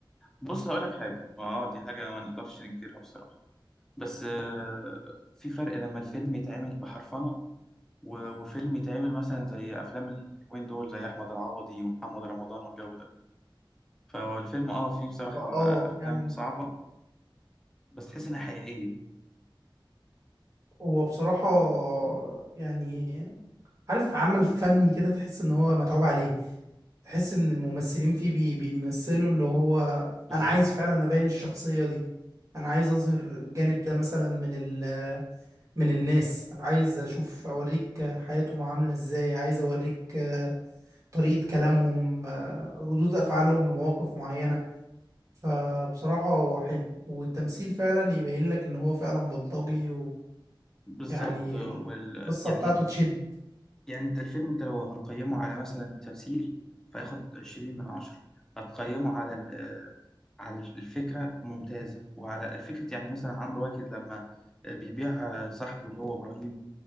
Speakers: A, in the centre; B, on the right.
A: بص هقول لك حاجه اه دي حاجه ما نقدرش ننكرها بصراحه بس آه في فرق لما الفيلم يتعمل بحرفنه و- وفيلم يتعمل مثلا زي افلام اليومين دول زي احمد العوضي ومحمد رمضان والجو ده فالفيلم اه فيه بصراحه
B: اه
A: افلام
B: يعني
A: صعبه بس تحس انها حقيقيه
B: هو بصراحه يعني عارف عمل فني كده تحس ان هو متعوب عليه تحس ان الممثلين فيه بي بيمثلوا اللي هو
A: بالظبط
B: انا عايز فعلا ابين الشخصيه دي انا عايز اظهر الجانب ده مثلا من ال من الناس عايز اشوف اوريك حياتهم عامله ازاي عايز اوريك آه، طريقه كلامهم آه، ردود افعالهم لمواقف معينه فبصراحة هو حلو والتمثيل فعلا يبين لك ان هو فعلا بلطجي
A: بالظبط
B: ويعني
A: وال...
B: القصة
A: يعني
B: بتاعته تشد
A: يعني انت الفيلم انت لو هنقيمه على مثلا تمثيل فياخد عشرين من عشرة هتقيمه على ال- على الفكرة ممتازة وعلى الفكرة يعني مثلا عمرو واكد لما بيبيع صاحبه اللي هو إبراهيم